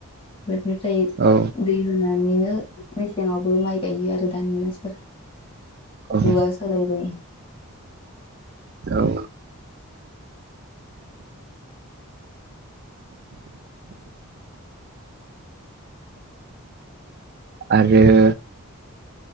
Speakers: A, on the left; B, on the right.
A: <unintelligible> जायों
B: औ
A: दै होनानैनो मेसेंआवबो माइ गायो आरो दानि मानसिफोरा।
B: औ
A: जुगा सोलायबाय।
B: औ आरो